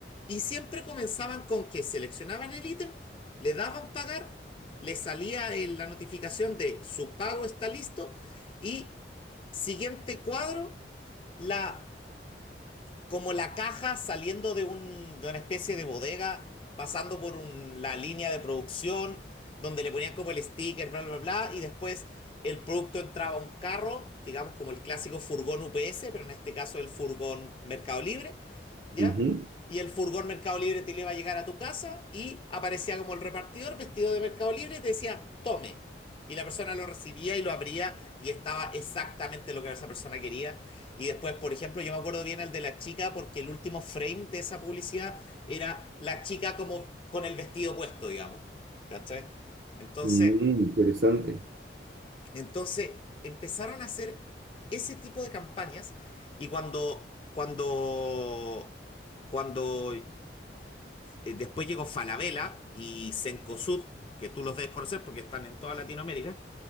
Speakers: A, on the left; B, on the right.
A: Y siempre comenzaban con que seleccionaban el ítem, le daban pagar, le salía el- la notificación de su pago está listo y siguiente cuadro, la como la caja saliendo de, un, de una especie de bodega, pasando por un- la línea de producción, donde le ponían como el sticker, bla, bla, bla, y después el producto entraba a un carro, digamos como el clásico furgón UPS, pero en este caso el furgón Mercado Libre, ¿ya?
B: Ujú.
A: Y el furgón Mercado Libre te le iba a llegar a tu casa y aparecía como el repartidor vestido de Mercado Libre y te decía, tome. Y la persona lo recibía y lo abría y estaba exactamente lo que esa persona quería y después, por ejemplo, yo me acuerdo bien al de la chica porque el último frame de esa publicidad era la chica como con el vestido puesto, digamos. ¿Cachai? Entonces,
B: Mm, interesante.
A: entonces empezaron a hacer ese tipo de campañas y cuando, cuando, cuando eh, eh, después llegó Falabella y Cencosud, que tú los debes conocer porque están en toda Latinoamérica,